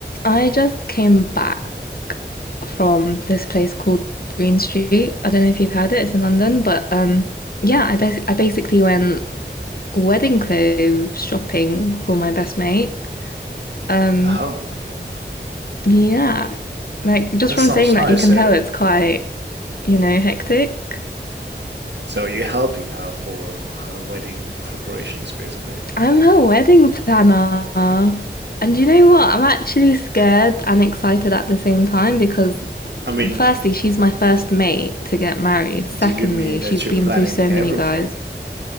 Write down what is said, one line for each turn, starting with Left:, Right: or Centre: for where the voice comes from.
Left: I just came back from this place called Green Street. I don't know if you've heard it, it's in London, but um yeah, I bas I basically went wedding clothes shopping for my best mate. Um
Right: Oh,
Left: yeah, like just
Right: that
Left: from
Right: sounds
Left: saying that
Right: nice.
Left: you can
Right: So,
Left: tell it's quite, you know, hectic.
Right: so you're helping her for her wedding preparations, basically.
Left: I'm her wedding planner. And you know what? I'm actually scared and excited at the same time because,
Right: I mean,
Left: firstly, she's my first mate to get married. Secondly,
Right: do you mean that
Left: she's been
Right: you're planning
Left: through so
Right: everything?
Left: many guys.